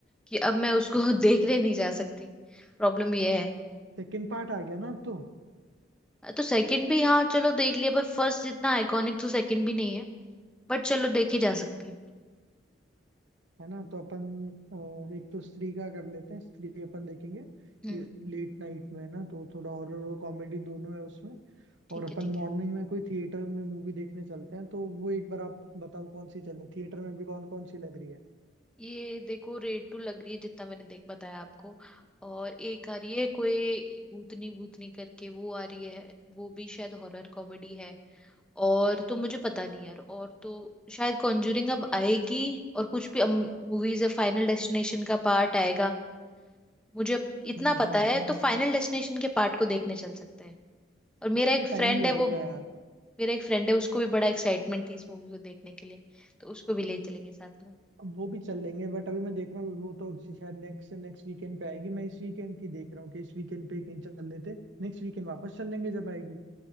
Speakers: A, in the centre; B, on the right.
A: कि अब मैं उसको <laughs> देखने नहीं जा सकती प्रॉब्लम ये है
B: सेकंड पार्ट आ गया ना अब तो
A: तो सेकंड भी हाँ चलो देख लिया पर फर्स्ट जितना आइकॉनिक तो सेकंड भी नहीं है बट चलो देखी जा सकती है
B: है ना तो अपन अ, एक तो स्त्री का कर लेते हैं स्त्री अपन देखेंगे
A: हम्म
B: ये लेट नाइट में है ना तो थोड़ा हॉरर और कॉमेडी दोनों है उसमें
A: ठीक
B: और अपन
A: है ठीक
B: मॉर्निंग
A: है
B: में कोई थिएटर में मूवी देखने चलते हैं तो वो एक बार आप बताओ कौन सी चलें थिएटर में भी कौन कौन सी लग रही है
A: ये देखो रेड टू लग रही है जितना मैंने देख बताया आपको और एक आ रही है कोई भूतनी भूतनी करके वो आ रही है वो भी शायद हॉरर कॉमेडी है और तो मुझे पता नहीं यार और तो शायद कॉन्जूरिंग अब आएगी और कुछ भी मूवीज है फाइनल डेस्टिनेशन का पार्ट आएगा मुझे इतना
B: हम्म
A: पता
B: हम्म
A: है
B: हम्म।
A: तो फाइनल डेस्टिनेशन के पार्ट को देखने चल सकते हैं और
B: उसमें
A: मेरा एक फ्रेंड
B: टाइम लगेगा
A: है वो
B: यार
A: मेरा एक फ्रेंड है उसको भी बड़ा एक्साइटमेंट थी इस मूवी को देखने के लिए तो उसको भी ले चलेंगे साथ में
B: अब वो भी चल लेंगे बट अभी मैं देख रहा हूँ वो तो शायद नेक्स्ट नेक्स्ट वीकेंड पे आएगी मैं इस वीकेंड की देख रहा हूँ कि इस वीकेंड पे कहीं चल लेते नेक्स्ट वीकेंड वापस चल लेंगे जब आएगी